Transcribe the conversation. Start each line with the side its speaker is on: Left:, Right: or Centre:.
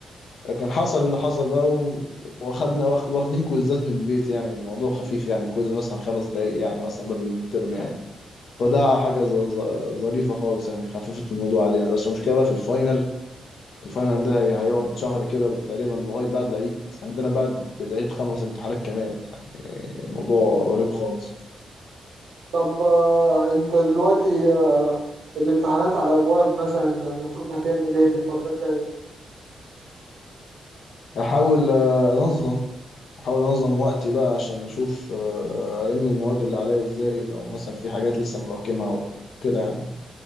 Left: لكن حصل اللي حصل بقى و- واخدنا واخ- واخدين كويزات من البيت يعني الموضوع خفيف يعني كويز مثلا خمس دقايق يعني مثلا بدل من الترم يعني فده حاجة ظ- ظ- ظريفة خالص يعني خففت الموضوع علينا بس المشكلة بقى في الفاينل الفاينل ده هي- هيقعد شهر كده تقريبا لغاية بعد العيد عندنا بعد العيد خمس امتحانات كمان يعني موضوع رهيب خالص
Right: طب آه، انت دلوقتي آه، الامتحانات على ابواب مثلا انت المفروض هتعمل ايه في الفترة الجاية
Left: أحاول آه، أنظم أحاول أنظم وقتي بقى عشان أشوف آه، ألم المواد اللي عليا إزاي لو مثلا في حاجات لسه مراكمها وكده يعني